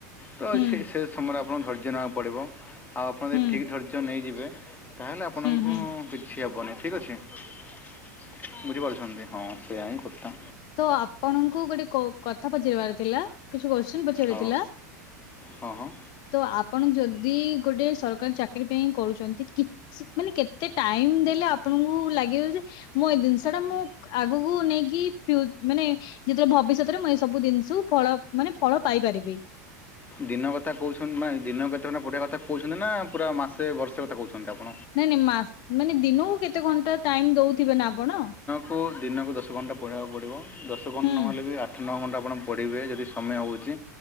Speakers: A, on the left; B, on the left.
A: ତ
B: ହୁଁ ହୁଁ
A: ସେ ସେ ସମୟରେ ଆପଣଙ୍କୁ ଧୈର୍ଯ୍ୟ ନେବାକୁ ପଡ଼ିବ ଆଉ ଆପଣ
B: ହୁଁ
A: ଯଦି ଠିକ ଧୈର୍ଯ୍ୟ। ନେଇଯିବେ ତାହେଲେ ଆପଣଙ୍କୁ
B: ହଁ ହଁ ହଁ
A: କିଛି ହେବନି ଠିକ୍ ଅଛି। ବୁଝିପାରୁଛନ୍ତି ହଁ ସେଇୟଆା ହିଁ କଥା।
B: ତ ଆପଣଙ୍କୁ ଗୋଟେ କଥା ପଚାରିବାର ଥିଲା କିଛି କୋଶ୍ଚିନ ପଚାରିବାର
A: ହଁ।
B: ଥିଲା।
A: ହଁ ହଁ।
B: ତ ଆପଣ ଯଦି ଗୋଟେ ସରକାରୀ ଚାକିରୀ ପାଇଁ କରୁଛନ୍ତି କିଛି। ମାନେ କେତେ ଟାଇମ ଦେଲେ ଆପଣଙ୍କୁ ଲାଗିବ ଯେ ମୁଁ ଏ ଜିନିଷ ଟା ମୁଁ ଆଗକୁ ନେଇକି ମାନେ। ଯେତେବେଳେ ଭବିଷ୍ୟତରେ ମୁଁ ଏ ସବୁ ଜିନିଷକୁ ଫଳ ମାନେ ଫଳ ପାଇପାରିବି।
A: ଦିନ କଥା କହୁଛନ୍ତି ମ ଦିନ କେତେବେ ପଢିଆ କଥା କହୁଛନ୍ତି ନା ପୁରା ମାସେ ବର୍ଷେ କଥା। କହୁଛନ୍ତି ଆପଣ?
B: ନାଇଁ ନାଇଁ ମାସ ମାନେ ଦିନକୁ କେତେ ଘଣ୍ଟା ଟାଇମ ଦଉଥିବେ ନା ଆପଣ।
A: କୁ ଦିନକୁ ଦଶ ଘଣ୍ଟା ପଢ଼ିବାକୁ ପଡ଼ିବ ଦଶ ଘଣ୍ଟା
B: ହୁଁ
A: ନହେଲେ ବି ଆଠ ନଅ ଘଣ୍ଟା ଆପଣ ପଢ଼ିବେ ଯଦି ସମୟ ହେଉଛି